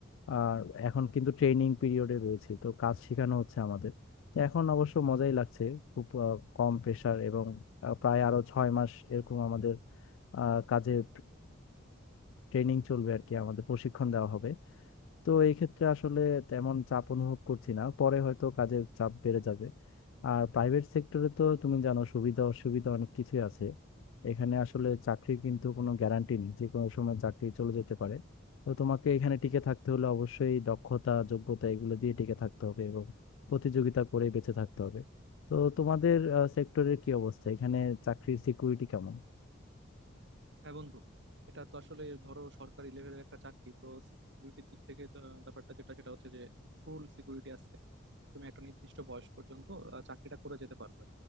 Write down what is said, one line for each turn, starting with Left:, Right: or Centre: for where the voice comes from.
Left: আর এখন কিন্তু ট্রেনিং পিরিয়ডে রয়েছে তো কাজ শেখানো হচ্ছে আমাদের তো এখন অবশ্য মজাই লাগছে খুব আহ, কম প্রেশার এবং আহ, প্রায় আরো ছয় মাস এরকম আমাদের আহ, কাজের ট্রেনিং চলবে আর কি আমাদের প্রশিক্ষণ দেওয়া হবে তো এই ক্ষেত্রে আসলে তেমন চাপ অনুভব করছি না পরে হয়তো কাজের চাপ বেড়ে যাবে আর প্রাইভেট সেক্টরে তো তুমি জানো সুবিধা অসুবিধা অনেক কিছুই আছে এখানে আসলে চাকরির কিন্তু কোনো গ্যারান্টি নেই যে কোনো সময় চাকরি চলে যেতে পারে তো তোমাকে এখানে টিকে থাকতে হলে অবশ্যই দক্ষতা যোগ্যতা এগুলো দিয়ে টিকে থাকতে হবে এবং প্রতিযোগিতা করে বেঁচে থাকতে হবে তো তোমাদের সেক্টরের কি অবস্থা এখানে চাকরির সিকিউরিটি কেমন
Right: হ্যাঁ বন্ধু এটা তো আসলে ধরো সরকারি লেভেলের একটা চাকরি তো সিকিউরিটির দিক থেকে তো ব্যাপারটা যেটা সেটা হচ্ছে যে ফুল সিকিউরিটি আছে তুমি একটা নির্দিষ্ট বয়স পর্যন্ত আহ, চাকরিটা করে যেতে পারবে